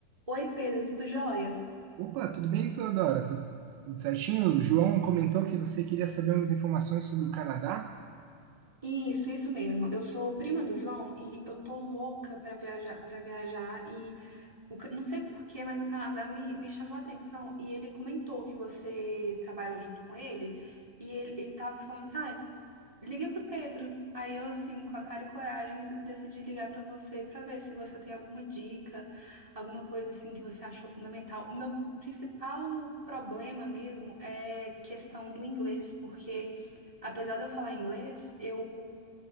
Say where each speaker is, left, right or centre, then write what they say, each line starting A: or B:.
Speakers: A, on the right; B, on the right.
A: Oi, Pedro, tudo jóia?
B: Opa, tudo bem, Teodora? Tudo, tudo certinho? O João comentou que você queria saber umas informações sobre o Canadá.
A: Isso, isso mesmo. Eu sou prima do João e eu tô louca pra viajar, para viajar e o ca- não sei por quê, mas o Canadá me, me chamou a atenção e ele comentou que você trabalha junto com ele e ele, ele tava falando, sabe? Liga pro Pedro. Aí eu, assim, com a cara e coragem, de- decidi ligar pra você pra ver se você tem alguma dica, alguma coisa assim que você achou fundamental. O meu principal problema mesmo é questão do inglês, porque apesar de eu falar inglês, eu